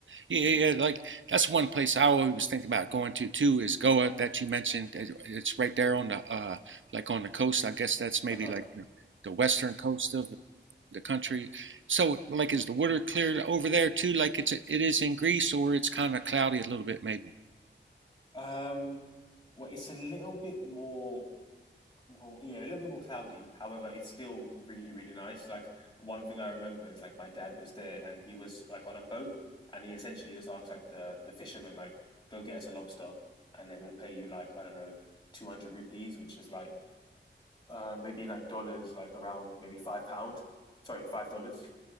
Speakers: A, on the right; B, on the left.
A: Yeah, yeah, yeah, like that's one place I always think about going to too is Goa that you mentioned. It- It's right there on the uh, like on the coast. I guess that's maybe
B: Uh-huh.
A: like the, the western coast of the country. So, like, is the water clear over there too? Like it's it is in Greece, or it's kind of cloudy a little bit, maybe.
B: Um, well, it's a little bit more, more, yeah, a little bit more cloudy. However, it's still really, really nice. Like one thing I remember is like my dad was there and he was like on a boat and he essentially just asked like the the fisherman like, go get us a lobster and then we'll pay you like I don't know, two hundred rupees, which is like uh maybe like dollars, like around maybe five pound. Sorry, five dollars.